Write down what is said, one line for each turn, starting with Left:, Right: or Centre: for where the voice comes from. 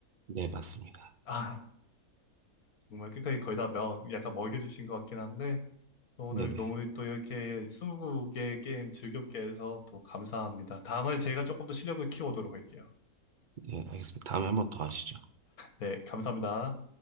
Right: 네, 맞습니다.
Left: 아, 정말 끝까지 거의 다 명, 약간 먹여주신 것 같긴 한데, 또 오늘
Right: 네네.
Left: 너무 또 이렇게 20개의 게임 즐겁게 해서 또 감사합니다. 다음에 제가 조금 더 실력을 키워오도록 할게요.
Right: 네, 알겠습니다. 다음에 한번 더 하시죠.
Left: 네, 감사합니다.